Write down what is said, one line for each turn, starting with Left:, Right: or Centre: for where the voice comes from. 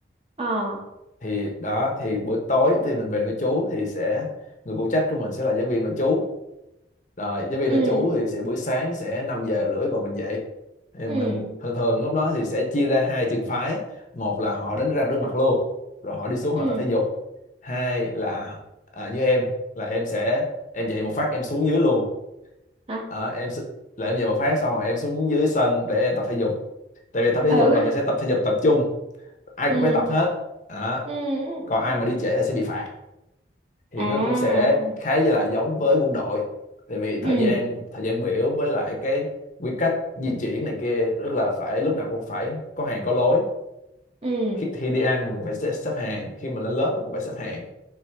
Right: ờ
Left: thì đó thì buổi tối thì mình về nội trú thì sẽ người phụ trách của mình sẽ là giáo viên nội trú rồi giáo viên
Right: ừ
Left: nội trú thì sẽ buổi sáng sẽ 5 giờ rưỡi gọi mình dậy thì
Right: ừ
Left: mình thường thường lúc đó thì sẽ chia ra hai trường phái một là họ đánh răng rửa mặt luôn rồi họ đi xuống
Right: ừ
Left: họ tập thể dục hai là à, như em là em sẽ em dậy một phát em xuống dưới luôn
Right: hả
Left: Đó, em s- là em dậy một phát xong rồi em xuống dưới sân để em tập thể dục tại vì tập thể dục
Right: ừ
Left: là mình sẽ tập thể dục tập trung ai
Right: ừ
Left: cũng phải tập hết Đó.
Right: ừ
Left: còn
Right: ừ.
Left: ai mà đi trễ là sẽ bị phạt thì
Right: à
Left: nó cũng sẽ khá là giống với quân đội tại vì thời
Right: ừ
Left: gian thời gian biểu với lại cái quy cách di chuyển này kia rất là phải lúc nào cũng phải có hàng có lối
Right: ừ
Left: khi, khi đi ăn thì mình phải xếp, xếp hàng khi mà lên lớp mình cũng phải xếp hàng